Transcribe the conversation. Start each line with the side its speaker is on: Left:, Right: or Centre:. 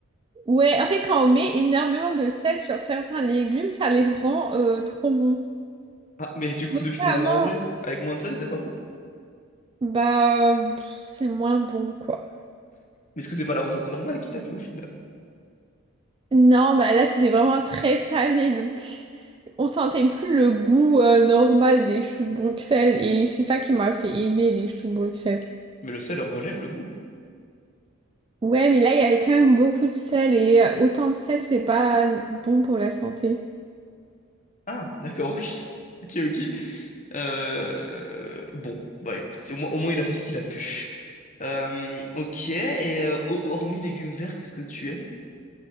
Right: Ouais, en fait, quand on met énormément de sel sur certains légumes, ça les rend euh, trop bons.
Left: Ah, mais du coup,
Right: Notamment,
Left: depuis, t'en as mangé. Avec moins de sel, c'est pas bon.
Right: bah, pff, c'est moins bon, quoi.
Left: Mais est-ce que c'est pas la recette normale qui t'a fait au final?
Right: Non, bah là c'était vraiment très salé, donc on sentait plus le goût euh, normal des choux de Bruxelles et c'est ça qui m'a fait aimer les choux de Bruxelles.
Left: Mais le sel relève le goût.
Right: Ouais, mais là il y avait quand même beaucoup de sel et euh, autant de sel c'est pas bon pour la santé.
Left: Ah, d'accord, ok. <laughs> Ok, ok. Euh, Bon, bah écoute, au moins, au moins, il a fait ce qu'il a pu. Euh, ok, et euh, ho- hormis légumes verts, qu'est-ce que tu aimes?